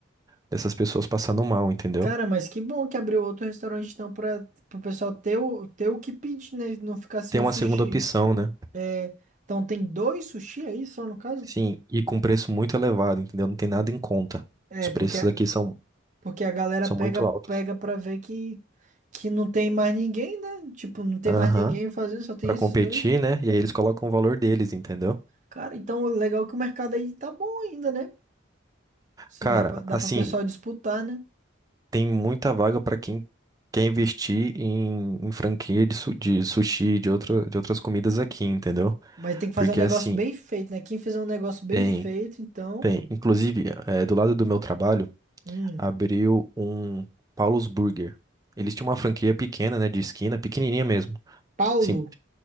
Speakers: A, on the right; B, on the right.
A: dessas pessoas passando mal, entendeu?
B: cara, mas que bom que abriu outro restaurante então pra, pro pessoal ter o, ter o que pedir, né? Não ficar sem
A: Tem
B: o
A: uma
B: sushi.
A: segunda opção, né?
B: É, então tem dois sushi aí só no caso?
A: Sim, e com preço muito elevado, entendeu? Não tem nada em conta.
B: É,
A: Os preços
B: porque, a-
A: aqui são,
B: porque a galera
A: são
B: pega
A: muito
B: pega
A: altos.
B: pra ver que, que não tem mais ninguém, né? Tipo, não tem
A: Aham.
B: mais ninguém fazendo, só tem
A: Pra
B: esses
A: competir,
B: dois.
A: né? E aí eles colocam o valor deles, entendeu?
B: Cara, então legal é que o mercado aí tá bom ainda, né? Sim,
A: Cara,
B: dá pra, dá
A: assim,
B: pro pessoal disputar, né?
A: tem muita vaga pra quem quer investir em, em franquia de, su- de sushi, de outra, de outras comidas aqui, entendeu?
B: Mas tem que fazer
A: Porque
B: um negócio
A: assim,
B: bem feito, né? Quem fizer um negócio bem
A: tem,
B: feito, então.
A: tem. Inclusive, eh, do lado do meu trabalho,
B: Hum,
A: abriu um Paulo's Burger. Eles tinham uma franquia pequena, né, de esquina, pequenininha mesmo.
B: Paulo.
A: Assim,